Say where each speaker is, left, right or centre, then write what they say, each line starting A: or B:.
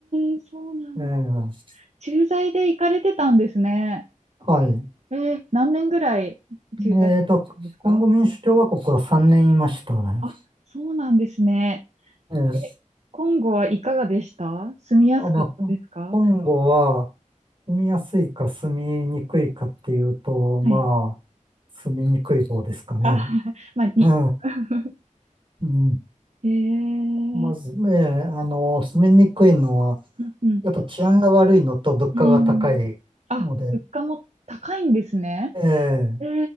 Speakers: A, on the right; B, on the right.
A: えそうなんだ。
B: ええ、
A: 駐在で行かれてたんですね。
B: はい。
A: ええ何年ぐらい駐在されてたんですか
B: えっと、コンゴ民主共和国は3年いましたね。
A: あ、そうなんですね。
B: ええ、
A: え、コンゴはいかがでした住みやすかったですか
B: あ、まあ、コンゴは住みやすいか住みにくいかっていうと、
A: はい。
B: まあ、住みにくい方ですかね。
A: あ、<laughs> まあ、に、
B: ええ、
A: <laughs>
B: うん。
A: ええ
B: まず、ええ、あの、住みにくいのは、
A: うんうん。
B: やっぱ治安が悪いのと物価が高いので、
A: うん。あ、物価も高いんですね。
B: ええ、
A: え